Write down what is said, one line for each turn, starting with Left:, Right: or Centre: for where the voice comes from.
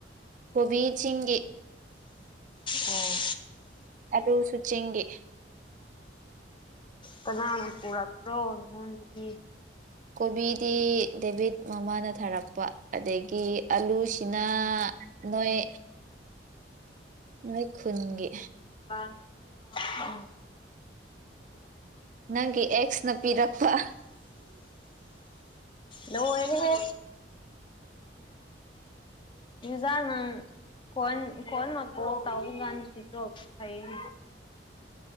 Right: ꯀꯣꯕꯤ ꯆꯤꯡꯒꯤ
Left: ꯑꯣ
Right: ꯑꯗꯨꯁꯨ ꯆꯤꯡꯒꯤ
Left: ꯀꯅꯥꯒ ꯄꯨꯔꯛ ꯄꯔꯣ ꯅꯪꯉꯣꯟꯗꯗꯤ
Right: ꯀꯣꯕꯤꯗꯤ ꯗꯦꯕꯤꯠ ꯃꯃꯥꯅ ꯊꯥꯔꯛ ꯄ ꯑꯗꯥꯒꯤ ꯑꯂꯨꯁꯤꯅ ꯅꯣꯏ ꯅꯣꯏ ꯈꯨꯟꯒꯤ
Left: <unintelligible>
Right: ꯅꯪꯒꯤ ꯑꯦꯛꯁ ꯅ ꯄꯤꯔꯛꯄ
Left: ꯂꯣꯏꯔꯦꯍꯦ ꯏꯟꯖꯥꯡ ꯐꯣꯟ ꯀꯣꯟ ꯋꯧꯕ ꯀꯥꯟꯗꯥ ꯁꯋꯤꯆꯣꯞ ꯊꯩꯏ